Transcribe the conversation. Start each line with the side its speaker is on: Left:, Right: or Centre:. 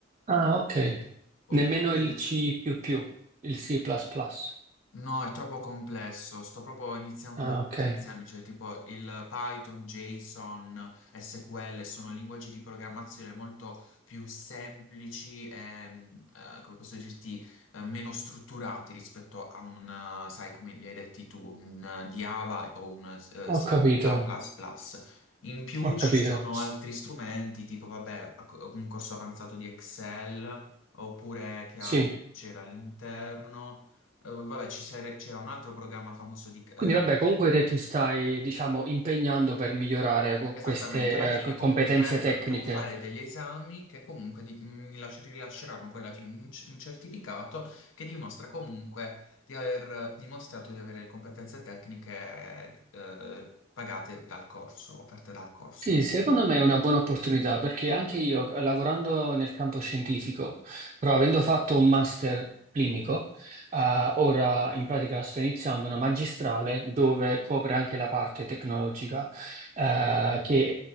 Right: Ah, ok.
Left: Mm. Poi
Right: Nemmeno il C++, più più, il C++. plus plus.
Left: No, è troppo complesso. Sto proprio iniziando
Right: Ah,
Left: da cose
Right: ok,
Left: semplici, tipo il Python, JSON, SQL, sono linguaggi di programmazione molto più semplici e, ehm, eh, come posso dirti, eh, meno strutturati rispetto a un, eh, sai, come li hai detti tu, un eh, Java o un eh,
Right: ho
Left: sì,
Right: capito,
Left: C++. In più
Right: ho capito.
Left: ci sono altri strumenti, tipo, vabbè, un corso avanzato di Excel, oppure che
Right: Sì.
Left: altro c'era all'interno. Eh, vabbè, ci sare- c'era un altro programma famoso di... eh,
Right: Quindi vabbè, comunque te ti stai, diciamo, impegnando per migliorare co-
Left: esattamente,
Right: queste
Left: alla fine
Right: eh, co-
Left: comunque
Right: competenze tecniche
Left: devo fare degli esami che comunque di- mm, mi lasci- rilasceranno poi alla fine un, c- un certificato che dimostra comunque di aver dimostrato di avere competenze tecniche eh, pagate dal corso, offerte dal corso.
Right: Sì, secondo me è una buona opportunità perché anche io, eh, lavorando nel campo scientifico, però avendo fatto un master clinico, eh, ora in pratica sto iniziando una magistrale dove copre anche la parte tecnologica, eh, che